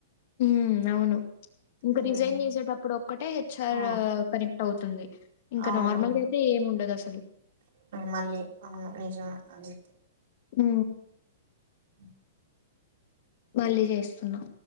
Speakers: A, on the left; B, on the right.
A: ఊమ్ అవును ఇంక
B: హ్మ్
A: రిజైన్ చేసేటప్పు ఇప్పుడు ఒక్కటే హెచ్ఆర్
B: ఆ
A: కనెక్ట్ అవుతుంది ఇంకా
B: అవునవును
A: నార్మల్ అయితే ఏముండదు అసలు
B: మళ్ళీ అవును నిజమే అది
A: ఊ
B: హ <inaudible>
A: మళ్ళీ చేస్తున్నాం